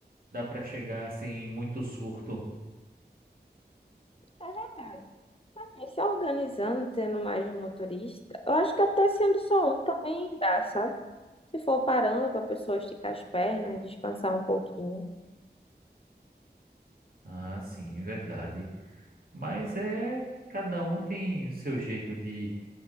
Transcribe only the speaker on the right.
dá para chegar sem muito surto.
Ah, sim, verdade. Mas é, cada um tem o seu jeito de,